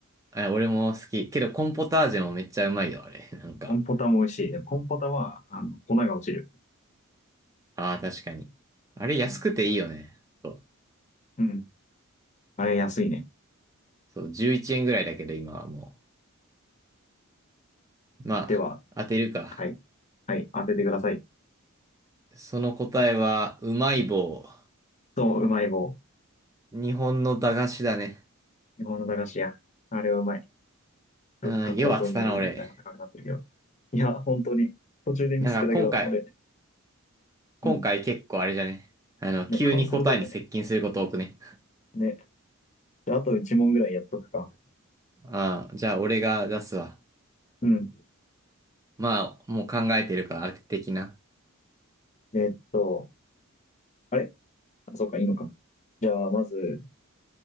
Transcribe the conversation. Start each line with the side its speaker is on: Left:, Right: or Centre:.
Right: え、俺も好き。けど、コーンポタージュもめっちゃうまいよ、あれ。<laughs> なんか。
Left: コンポタも美味しい。でもコンポタは、あの、粉が落ちる。
Right: ああ、確かに。あれ、安くていいよね。
Left: うん。
Right: そう、
Left: うん。あれ安いね。
Right: そう11円ぐらいだけど、今はもう。まあ、
Left: では、
Right: 当てるか。
Left: はい。はい、当ててください。
Right: その答えは、うまい棒。
Left: そう、うまい棒。
Right: 日本の駄菓子だね。
Left: 日本の駄菓子屋。あれはうまい。物価高騰により値段が高くなってるけど。
Right: うん、よう当てたな、俺。
Left: いや、本当に。途中でミスってたけど、
Right: なんか今回、
Left: 俺。
Right: 今回結構あれじゃね。
Left: うん。
Right: あの、
Left: ね、
Right: 急に答えに接近すること多くね。
Left: 勘鋭いよね。ね。であと1問ぐらいやっとくか。
Right: ああ、じゃあ俺が出すわ。
Left: うん。
Right: まあ、もう考えてるから、あれ的な。
Left: えっと、あれあそうか、いいのか。じゃあ、まず、